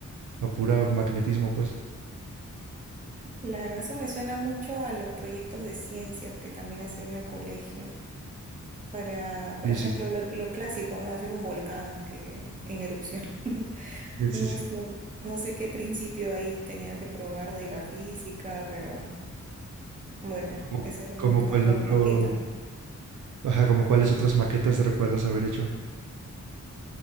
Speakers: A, on the right; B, on the right.
A: a pura magnetismo, pues.
B: Claro, eso me suena mucho a los proyectos de ciencias que también hacía en el colegio. Para, por
A: Sí,
B: ejemplo,
A: sí, está.
B: lo, lo clásico, ¿no? Hacer un volcán que, en erupción. <laughs>
A: sí,
B: No,
A: sí, sí.
B: sé- no sé qué principio ahí tenían que probar de la física, pero bueno,
A: Como,
B: esas son
A: como
B: las que
A: cuál
B: más recuerdo,
A: otro,
B: maquetas, ¿no?
A: ajá, como cuáles otras maquetas recuerdas haber hecho